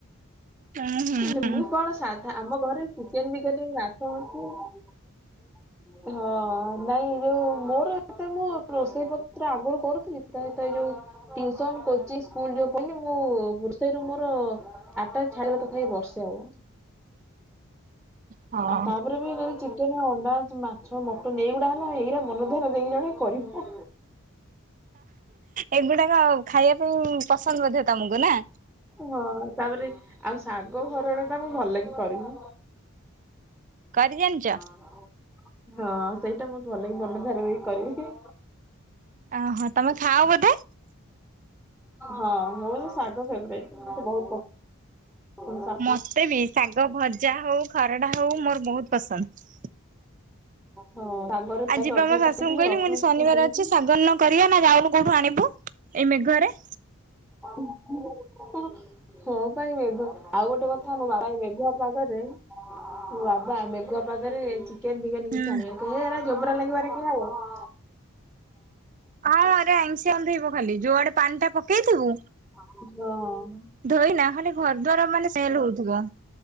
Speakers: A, on the right; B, in the centre.
A: ଉଁ ହୁଁ।
B: ନିମ୍ବୁ କଳସ ସାଧା ଆମ ଘରେ ଚିକେନ ଫିକେନ୍ <unintelligible> ହଁ। ନାଇଁ ଯୋଉ ମୋର ଏତ ମୁଁ ରୋଷେଇ ପତ୍ର ଆଗରୁ କରୁଥିଲିତ ଏଇ ଯୋଉ ଟିଉସନ କୋଚିଂ ସ୍କୁଲ ଯୋଉ ପଢିଲି ମୁଁ ରୋଷେଇରୁ ମୋର ଆଟାଜ ଛାଡିଗଲା। ଏଇ ବର୍ଷେ ହବ
A: ହଁ
B: ଆଉ ତାପରେ ବି ଯଦି ଚିକେନ, ଅଣ୍ଡା, ମାଛ, ମଟନ ଏଇଗୁଡା ହେଲା ଏଇରା ମନ ଦରେ ଦେଇକି ଜଣେ କରିବି।
A: ଏଗୁଡାକ ଖାଇବା ପାଇଁ ପସନ୍ଦ ବୋଧେ ତମକୁ ନା?
B: ହଁ ତାପରେ ଆଉ ଶାଗ ଭରଳ ଟା ମୁ ଭଲକି କରିବି।
A: କରି ଜାଣିଚ?
B: <unintelligible> ହଁ ସେଇଟା ମୁଁ ଭଲକି ମନ ଧ୍ୟାନ ଦେଇକି କରିବି।
A: ଓହୋ ତମେ ଖାଅ ବୋଧେ?
B: ହଁ ମୋର ଶାଗ ଫେବେରେଟ ମତେ ବହୁତ ପସନ୍ଦ। ତୁମ ସା
A: ମତେ ବି ଶାଗ ଭଜା ହଉ ଖରଡ଼ା ହଉ ମୋର ବହୁତ ପସନ୍ଦ।
B: ହଁ ଶାଗରେ
A: ଆଜିିବା
B: ପିଆଜ ଅଧିକ
A: ଆମ ଶାଶୁଙ୍କୁ
B: ପକେଇଥିବି
A: କହିଲି
B: ରସୁଣ
A: ମୁଁ ଶନିବାର
B: ଛେଚିକି ପକେଇଥିବି
A: ଅଛି ଶାଗନ୍ନ କରିବା ନା ଯାଉନୁ କୋଉଠୁ ଆଣିବୁ ଏଇ ମେଘରେ।
B: <unintelligible> ହଁ ପା ଏଇ ମେଘ ଆଉ ଗୋଟେ କଥା ମାଡାମ ଏଇ ମେଘୁଆ ପାଗରେ ମୋ ବାବା ମେଘୁଆ ପାଗରେ ଚିକେନ ଫିକେନ
A: ହୁଁ
B: କିଛି ଆଣିବେନି କହେରା ଜୋବରା ଲାଗିବା ହେଉର କିଏ ଖାଇବ?
A: ହଁ ଆରେ ଆଇଂସିଆ ଗନ୍ଧେଇବ ଖାଲି ଯୋଉଆଡେ ପାଣି ଟା ପକେଇଥିବୁ
B: ହଁ।
A: ଧୋଇନା ଖାଲି ଘର ଦ୍ୱାର ମାନେ ସ୍ମେଲ ହଉଥିବ।